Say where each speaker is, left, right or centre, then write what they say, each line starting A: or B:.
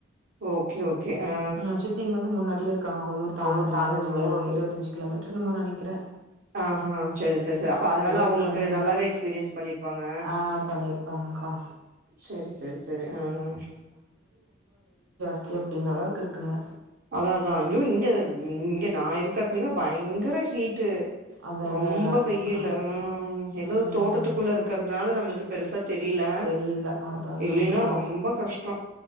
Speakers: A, on the right (about 45°); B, on the right (about 80°).
A: ஓகே ஓகே ஆ
B: உம் சித்தி இங்க வந்து முன்னாடியே இருக் கா ஒரு ஊர் தாண்ட்னதுமே
A: உள்ளூர் தாண்டதுமே
B: ஒரு இருவத் தஞ்சு கிலோமீட்ரு என்னமோ நானே கிற
A: ஆஹ் ஹா செரி செர் செர் அப்ப அதனால அவ்ங்ளுக்கு
B: இருக்காங்க
A: நல்லாவே எக்ஸ்பீரியன்ஸ் பண்ணிர்ப்பாங்க
B: ஆ பண்ணிருப்பாங்கக்கா
A: செரி செரி செரி ஆஹ் அஹ்
B: சேஃப்டிங்ற அளவுக்கு இருக்குங்க
A: அதா அதா அங்யோ இங்க ம் இங்க நா இருக்ற எடத்லைமே பயங்கர ஹீட்டு
B: அதா
A: ரொம்ப
B: அதா அதா அதான்க்கா
A: வெயிலு ஆஹ் எதோ
B: ம்
A: தோட்டத்துக்குள்ள இருக்கற்துனால நம்மளுக்கு பெரிசத் தெரில
B: தெரில அதா அதான்க்கா
A: இல்லேன்னா ரொம்பா கஷ்டோ